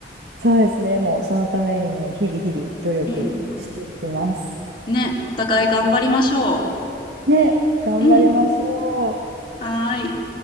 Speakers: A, on the right; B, on the left.
A: そうですね。もう、そのためにも、日々日々努力していきます。
B: うん。ね、お互い頑張りましょ
A: ね、頑張りましょう。
B: う。うん。はーい。